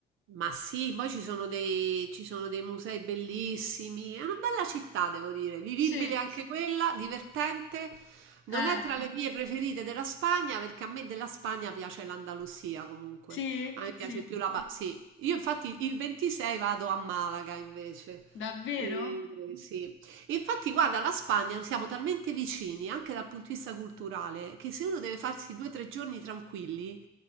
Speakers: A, on the right (about 85°); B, on the left (about 75°).
A: Ma sì, poi ci sono dei, ci sono dei musei bellissimi. È una bella città, devo dire, vivibile
B: Sì.
A: anche quella, divertente. Non
B: Eh,
A: è tra le mie preferite della Spagna, perché a me della Spagna piace l'Andalusia comunque.
B: sì,
A: A me piace
B: sì,
A: più la... pa- Sì, io infatti il 26 vado a Malaga invece.
B: davvero?
A: E- sì. Infatti, guarda, la Spagna siamo talmente vicini anche dal punto di vista culturale che se uno deve farsi due o tre giorni tranquilli,